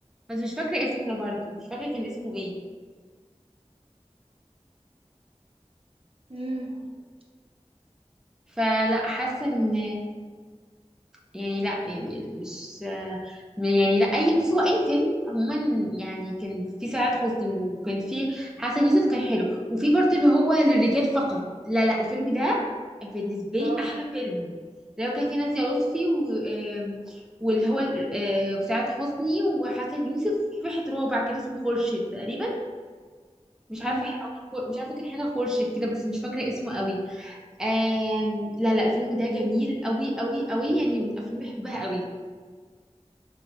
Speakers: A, in the centre; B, on the right (about 55°).
A: بس مش فاكره اسمه انا برضه مش فاكره كان اسمه ايه
B: امم
A: فلا حاسه ان يعني لا يعني مش يعني لا اي بص هو اي فيلم عموما يعني كان فيه سعاد حسني وكان فيه حسن يوسف كان حلو وفي برضه اللي هو للرجال فقط لا لا الفيلم ده بالنسبه لي
B: اه
A: احلى فيلم لو كان فيه نادية لطفي و آم، واللي هو ال- آه، وسعاد حسني وحسن يوسف في واحد رابع كان اسمه خورشيد تقريبا مش
B: امم
A: عارفه ح- عمر خو- مش عارفه كان حاجه خورشيد كده بس مش فاكره اسمه قوي آم... لا لا الفيلم ده جميل قوي قوي قوي يعني من الافلام اللي بحبها قوي